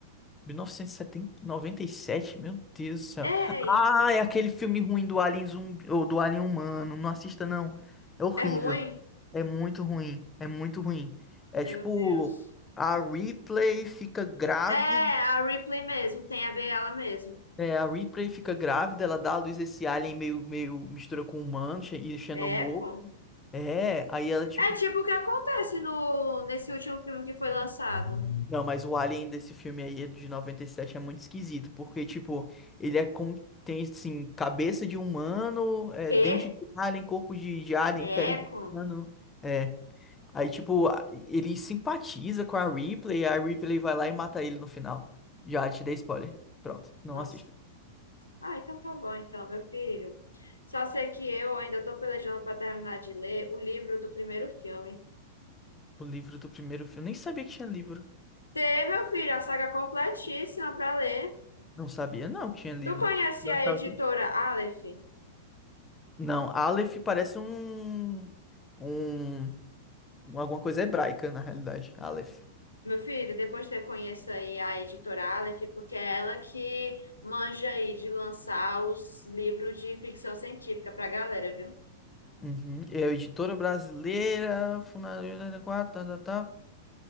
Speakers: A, on the left; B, on the left.
A: 1997, meu Deus do céu.
B: Ei,
A: Ah, é aquele filme ruim do Alien zumbi, ou do Alien humano. Não assista, não. É horrível.
B: é ruim?
A: É muito ruim. É muito ruim. É
B: Meu
A: tipo,
B: Deus.
A: a Ripley fica grávida.
B: É, a Ripley mesmo, tem a ver ela mesmo.
A: É, a Ripley fica grávida, ela dá à luz esse alien meio, meio mistura com humano, xe- e xenomorfo.
B: É, Echo.
A: É, aí ela, tipo,
B: É tipo o que acontece no, nesse último filme que foi lançado.
A: Não, mas o Alien desse filme aí é de 97 é muito esquisito, porque, tipo, ele é como tem, assim, cabeça de humano, é,
B: Quê?
A: dente de alien, corpo de, de alien,
B: É
A: pele
B: Echo?
A: de humano. É. Aí, tipo, a- ele simpatiza com a Ripley, a Ripley vai lá e mata ele no final. Já te dei spoiler. Pronto, não
B: Nossa.
A: assista.
B: Ah, então tá bom, então, meu filho. Só sei que eu ainda tô pelejando pra terminar de ler o livro do primeiro filme.
A: O livro do primeiro filme, nem sabia que tinha livro.
B: Tê, meu filho, a saga completíssima pra ler.
A: Não sabia, não, que tinha livro.
B: Tu conhece
A: Eu
B: a
A: achava
B: editora
A: que-
B: Aleph?
A: Não, Aleph parece um, um, alguma coisa hebraica, na realidade. Aleph.
B: Meu filho, depois você conheça aí a editora Aleph, porque é ela que manja aí de lançar os livros de ficção científica pra galera, viu?
A: Uhum. É a editora brasileira, fundadora em 84, tá, tá, tá.